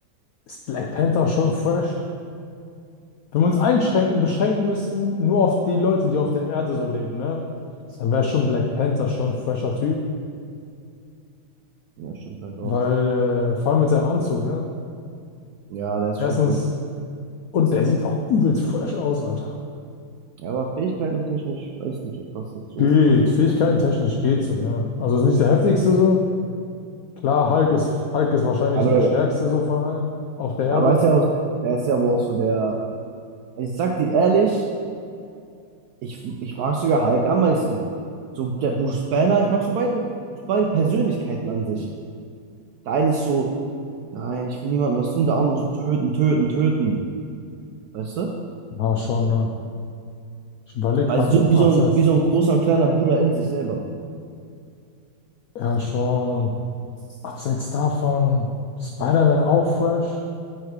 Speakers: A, on the left; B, on the right.
A: ist Black Panther schon fresh. Wenn wir uns einschränken, beschränken müssten, nur auf die Leute, die auf der Erde so leben, ne? Dann wäre schon Black Panther schon ein fresher Typ.
B: Ja, stimmt halt auch.
A: Weil, äh, vor allem mit seinem Anzug, ne?
B: Ja, der ist
A: Erstens,
B: schon cool.
A: und der sieht auch übelst fresh aus, Alter.
B: Ja, aber Fähigkeiten technisch, weiß nicht, ob das jetzt so
A: Geht,
B: krass ist.
A: Fähigkeiten technisch geht so, ne? Also ist nicht der heftigste so. Klar, Hulk ist, Hulk ist wahrscheinlich
B: Aber,
A: der stärkste so von allen auf der Erde.
B: ja, aber er ist ja auch, er ist ja aber auch so der, also ich sag dir ehrlich, ich, ich mag sogar Hulk am meisten. So der Bruce Banner, ich mag so beide, so beide Persönlichkeiten an sich. Der eine ist so, nein, ich will niemandem was tun, der andere so töten, töten, töten. Weißt du?
A: War schon, ne? Ich überlege
B: Weil
A: gerade,
B: so wie
A: abseits,
B: so ein, wie so ein großer und kleiner Bruder in sich selber.
A: ja, schon, abseits davon, Spider-Man auch fresh.